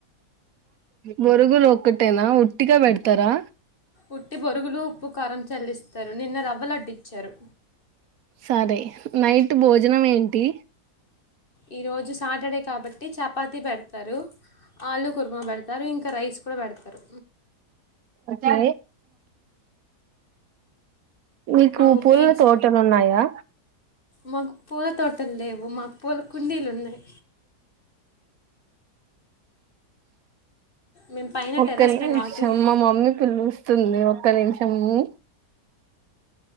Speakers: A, on the right; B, on the left.
A: మోరుగులు ఒక్కటేనా ఒటిగా పెడతరా
B: ఉట్టి బొరుగులు ఉప్పు కారం చల్లిస్తారు నిన్న రవ్వలుడ్డించారు
A: సరే నైట్ భోజనం ఏంటి
B: ఈ రజు సాటర్డే కాబట్టి చపాతీ పెడతారు కుర్మ పెడతారు ఇంకా రైస్ కూడా పెడతారు
A: ఒకే మీకు
B: మా
A: పూల
B: పీజీ
A: తోటలున్నాయా
B: మాకు పూల తోటలు లేవు మాకు పూల కుండీలు ఉన్నయి మేము పైన
A: ఒక్క
B: టెర్రస్
A: నిమిషం
B: పైన వాకింగ్
A: మా మమ్మీ పిలుస్తుంది ఒక్క నిమిష షము